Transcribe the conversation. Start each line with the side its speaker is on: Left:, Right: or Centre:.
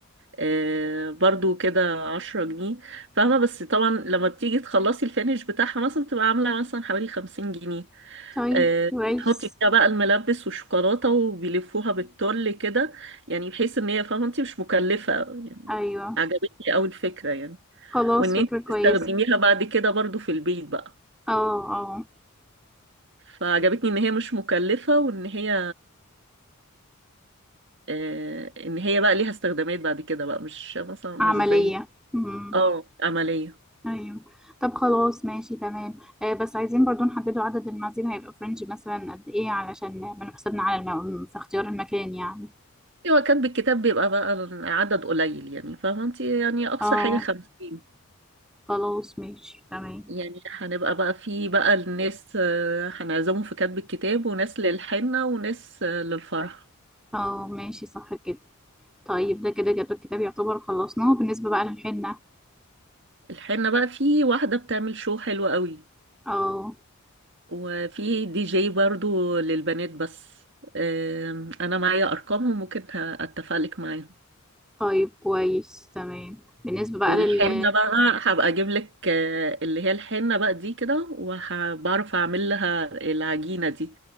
Right: آه، برضو كده 10 جنيه فاهمه بس طبعا لما بتيجي تخلصي الفينش بتاعها مثلا بتبقى عامله مثلا حوالي 50 جنيه
Centre: طيب
Right: آه،
Centre: كويس
Right: بتحطي فيها بقى الملبس والشوكولاتة وبيلفوها بالتل كده يعني بحيث ان هي فاهمة انت مش مكلفة يعني
Centre: ايوه
Right: عجبتني قوي الفكرة يعني
Centre: خلاص
Right: وان
Centre: فكره
Right: انت
Centre: كويسه
Right: تستخدميها بعد كده برضو في البيت بقى
Centre: اه اه
Right: فعجبتني ان هي مش مكلفة وان هي آه، ان هي بقى ليها استخدامات بعد كده بقى مش مثلا مش
Centre: عمليه
Right: زي
Centre: امم
Right: اه عملية
Centre: ايوه طب خلاص ماشي تمام آه بس عايزين برضو نحددوا عدد المعازيم هيبقى فرنج مثلا قد ايه علشان نعمل حسابنا على الم... في اختيار المكان يعني
Right: هو كان بالكتاب بيبقى بقى عدد قليل يعني فاهمة انت يعني اقصى
Centre: اه
Right: حاجة 50
Centre: خلاص ماشي تمام
Right: يعني هنبقى بقى في بقى الناس آه، هنعزمهم في كتب الكتاب وناس للحنة وناس آه، للفرح
Centre: اه ماشي صح كده طيب ده كده جدول الكتاب يعتبر خلصناه بالنسبة بقى للحنة
Right: الحنة بقى في واحدة بتعمل شو حلو قوي
Centre: اه
Right: وفي دي جي برضو للبنات بس آم، انا معايا ارقامهم ممكن اتفق لك معاهم
Centre: طيب كويس تمام بالنسبة بقى
Right: والحنة
Centre: لل
Right: بقى هبقى اجيب لك آه، اللي هي الحنة بقى دي كده وبعرف اعمل لها العجينة دي